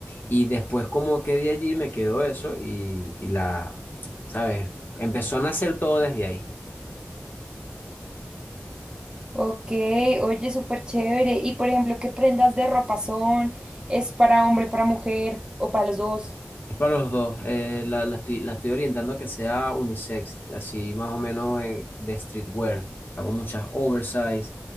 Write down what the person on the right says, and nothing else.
Ok, oye, súper chévere. Y por ejemplo, ¿qué prendas de ropa son? ¿Es para hombre, para mujer o para los dos?